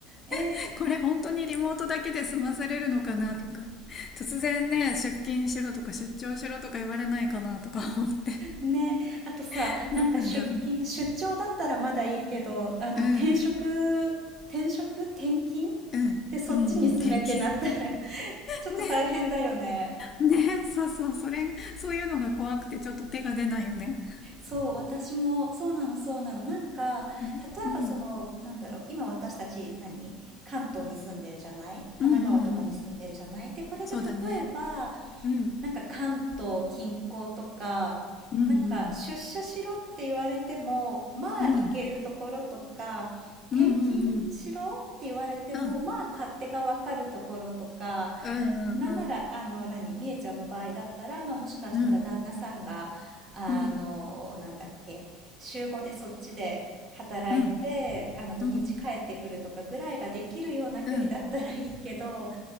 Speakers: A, on the right (about 40°); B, on the left (about 35°).
A: え
B: <laughs> これ本当にリモートだけで済まされるのかなとか、突然ね、出勤しろとか出張しろとか言われないかなとか <laughs> 思って、
A: ー、ね。あとさ、
B: <laughs> どうなんだろうな。
A: なんか出勤、出張だったらまだいいけど、あの、
B: うん、
A: 転職、転職、転勤
B: うん、
A: で、そっちに住めってなったら
B: うん、うん、天気。
A: <laughs>、ちょっと大変だよね。
B: ね、ね、そうそう、それが、そういうのが怖くてちょっと手が出ないよね。
A: そう、私も、そうなの、そうなの。なんか、
B: うん、
A: 例えばその、
B: うん、
A: なんだろう、今私たち何、関東に住んでるじゃない神奈川とかに住んでるじゃないで、
B: うん、うん、うん
A: これで例えば、
B: そうだね。うん、
A: なんか関東近郊とか、
B: うん、うん、
A: なんか出社しろって言われても、まあ行けるところとか、
B: うん、うん、
A: 転勤しろって言われても、
B: うん、うん。うん
A: まあ勝手がわかるところとか、
B: うんうんうん。
A: なんなら、あの、何、みえちゃんの場合だったら、まあもしかしたら旦那さんが、
B: うん。
A: あの、
B: うん。
A: なんだっけ、週5でそっちで働いて、
B: う
A: あの土日帰ってくるとかぐらいができるような距離だったらいいけど、
B: ん。うん。